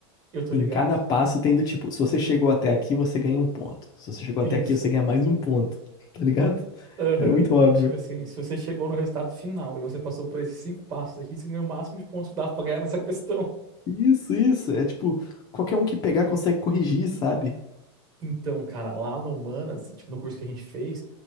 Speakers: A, on the right; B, on the left.
A: eu tô
B: Em
A: ligado.
B: cada passo tem do tipo, se você chegou até aqui, você ganha um ponto. Se você chegou
A: Isso.
B: até aqui, você ganha mais um ponto. Tá ligado?
A: Aham.
B: É muito óbvio.
A: Tipo assim, se você chegou no resultado final e você passou por esses cinco passos aqui, você ganhou o máximo de pontos que dá pra ganhar nessa questão.
B: Isso, isso. É tipo, qualquer um que pegar consegue corrigir, sabe?
A: Então, cara, lá no Humanas, tipo, no curso que a gente fez,